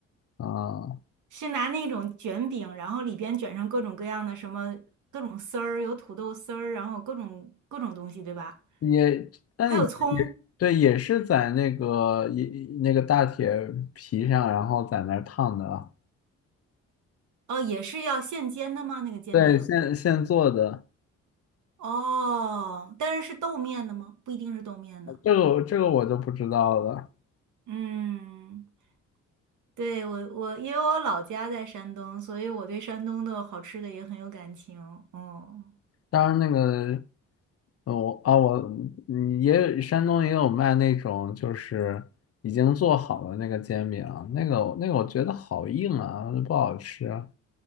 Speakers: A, on the left (about 50°); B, on the right (about 75°).
A: 啊，
B: 是拿那种卷饼，然后里边卷上各种各样的什么各种丝儿，有土豆丝儿，然后各种各种东西，对吧？
A: 也，但也也对，
B: 还有葱，
A: 也是在那个一那个大铁皮上，然后在那儿烫的啊。
B: 哦，也是要现煎的吗？那个煎饼？
A: 对，现现做的，
B: 哦，但是是豆面的吗？不一定是豆面的。
A: 这个这个我就不知道了。
B: 嗯，对，我我因为我老家在山东，所以我对山东的好吃的也很有感情。嗯，
A: 当然那个，呃我啊我嗯也有山东也有卖那种就是已经做好的那个煎饼啊，那个那个我觉得好硬啊，不好吃啊。